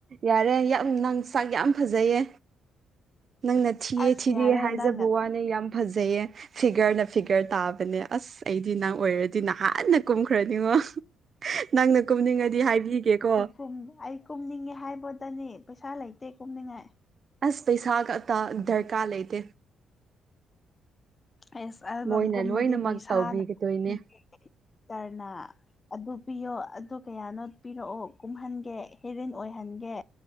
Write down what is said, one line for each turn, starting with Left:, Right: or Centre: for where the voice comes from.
Right: ꯌꯥꯔꯦ ꯌꯥꯝ ꯅꯪ ꯁꯥꯛ ꯌꯥꯝ ꯐꯖꯩꯌꯦ ꯅꯪꯅꯠ__ ꯊꯤꯑꯦ
Left: ꯑꯁ
Right: ꯊꯤꯗꯦ
Left: ꯌꯥꯔꯦ
Right: ꯍꯥꯏꯖꯕ
Left: ꯅꯪꯅ
Right: ꯋꯥꯅꯦ ꯌꯥꯝ ꯐꯖꯩꯌꯦ ꯐꯤꯒꯔꯅ ꯐꯤꯒꯔ ꯇꯥꯕꯅꯦ ꯑꯁ ꯑꯁ ꯑꯩꯗꯤ ꯅꯪ ꯑꯣꯏꯔꯗꯤ ꯅꯍꯥꯟꯅ ꯀꯨꯝꯈ꯭ꯔꯅꯤꯉꯣ ꯅꯪꯅ ꯀꯨꯝꯅꯤꯡꯉꯗꯤ ꯍꯥꯏꯕꯤꯒꯦꯀꯣ
Left: ꯇꯨꯝ ꯑꯩꯛ__ ꯀꯨꯝꯅꯤꯡꯉꯦ ꯍꯥꯏꯕꯣꯗꯅꯦ ꯄꯩꯁꯥ ꯂꯩꯇꯦ ꯀꯨꯝꯅꯤꯉꯥꯏ
Right: ꯑꯁ ꯄꯩꯁꯥꯒ ꯑꯇꯥ ꯗꯔꯀꯥꯔ ꯂꯩꯇꯦ
Left: ꯑꯦꯁ ꯑꯦꯜꯕꯝꯒꯨꯝꯕꯗꯤ
Right: ꯃꯣꯏꯅ ꯂꯣꯏꯅꯃꯛ
Left: ꯄꯩꯁꯥꯅ
Right: ꯇꯧꯕꯤꯒꯗꯣꯏꯅꯦ
Left: <unintelligible> ꯇꯔꯅ ꯑꯗꯨ ꯄꯤꯌꯣ ꯑꯗꯨ ꯀꯌꯥꯅꯣ ꯄꯤꯔꯛꯑꯣ ꯀꯨꯝꯍꯟꯒꯦ ꯍꯦꯔꯤꯟ ꯑꯣꯏꯍꯟꯒꯦ